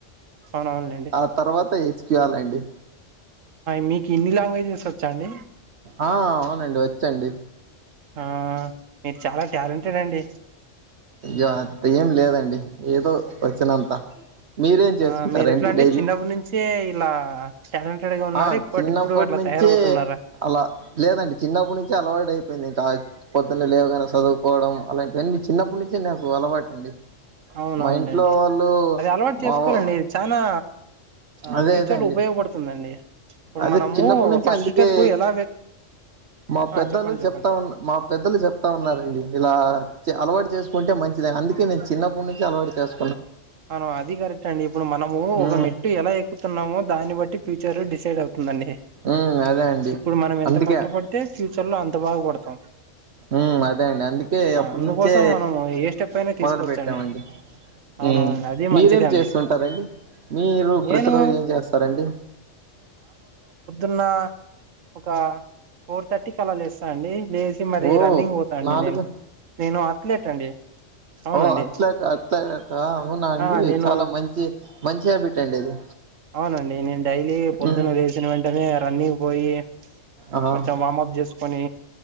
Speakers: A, on the right (about 85°); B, on the right (about 60°).
A: అవునవునులేండి
B: ఆ తర్వాత ఇచ్ కియాలేండి
A: మీకు ఇన్ని లాంగ్వేజెస్ వచ్చా అండి
B: ఆ అవునండి వచ్చండి
A: ఆ మీరు చాలా టాలెంటెడ్ అండి
B: యా అంత ఏం లేదండి ఏదో వచ్చినంతా మీరేం చేసుకుంటారండి
A: ఆ మీరు ఎట్లా అండి
B: డైలీ,
A: చిన్నప్పటి నుంచే ఇలా టాలెంటెడ్ గా ఉన్నారు
B: ఆ
A: ఇప్పటిప్పుడు
B: చిన్నప్పటి
A: అట్లా
B: నుంచే
A: తయారవుతున్నారా
B: అలా లేదండి చిన్నప్పటి నుంచి అలవాటు అయి. పోయిందిట ఆయ్ పొద్దున్నే లేవగానే చదువుకోవడం అలాంటివన్నీ చిన్నప్పుడునుం చి నాకు అలవాటు అండి
A: అవును అవునులేండి
B: ఇంట్లో వాళ్ళు
A: అది అలవాటు
B: మా
A: చేసుకోవాలండి
B: అవ్వ
A: చానా ఆ
B: అదే
A: ఫ్యూచర్లు
B: అదే అండి
A: ఉపయోగపడుతుందండి ఇప్పుడు
B: అదే
A: మనము
B: చిన్నప్పటి నుంచి
A: ఫస్ట్
B: అందుకే
A: స్టెప్ ఎలా వె
B: మా
A: ఆ
B: పెద్దలు
A: చెప్పండి
B: చెప్తా
A: చెప్పండి
B: ఉన్న మా పెద్దలు చెప్తా ఉన్నారండి ఇలా అలవాటు చేసుకుంటే మంచిద, అందుకే నేను చిన్నప్పటి నుంచి అలవాటు చేస్
A: అన అది కరెక్ట్ అండి, ఇప్పుడు మనము ఒక
B: ఉమ్
A: మెట్టు ఎలా ఎక్కుతున్నామో దాన్ని బట్టి ఫ్య చరు డిసైడ్ అవు దండి
B: ఉమ్ అదే అండి
A: ఇప్పుడు మనం ఎంత
B: అందుకే
A: కష్టపడితే ఫ్యూచర్ లో అంత బాగుపడ్ స
B: ఉ అదే అండి అందుకే అప్పటి
A: అందుకోసం
B: నుంచే
A: మనం ఏ స్టెప్ అయినా
B: మొదలు
A: తీసుకోవచ్చండి
B: పెట్టామండి
A: అవునవునండి
B: మ్
A: అది
B: మీరేం
A: మంచిదే అండి
B: చేస్తుంటారండి మీరు
A: నేను
B: ప్రతిరోజు ఏం చేస్తారండి
A: నిన్న ఒక ఫోర్ థర్టీ క అలాలుేస్తా అండి లేసి మరి
B: ఓ
A: రన్నింగ్ పోతానుండి
B: నాలుగు
A: నేను నేను అథ్లెట్ అండి అవునండి
B: ఓ అట్లాట అట్లాట అవునా అండి
A: ఆ నేను
B: చానా మంచి మంచి హబిట్ అండి అది
A: అవునండి నేను డైలీ పొద్దున్న
B: ఉమ్
A: లేసిన వెంటనే రన్నింగ్ పోయి,
B: ఆహా
A: కొంచెం వార్మప్ చేసుకు చుకొని